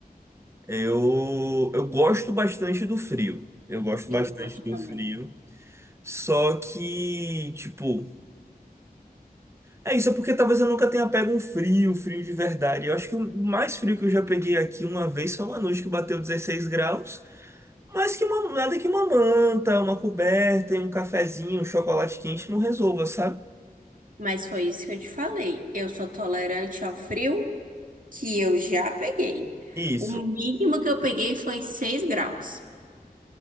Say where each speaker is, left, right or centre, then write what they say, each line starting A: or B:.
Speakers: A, on the right; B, on the right.
A: Eu, eu gosto bastante do frio. Eu gosto
B: Eu
A: bastante
B: gosto
A: do
B: também.
A: frio. Só que, tipo, é isso, é porque talvez eu nunca tenha pego um frio, frio de verdade. Eu acho que o mais frio que eu já peguei aqui uma vez foi uma noite que bateu 16 graus. Mas que uma- nada que uma manta, uma coberta e um cafezinho, um chocolate quente não resolva, sabe?
B: Mas foi isso que eu te falei. Eu sou tolerante ao frio que eu já peguei.
A: Isso.
B: O mínimo que eu peguei foi 6 graus,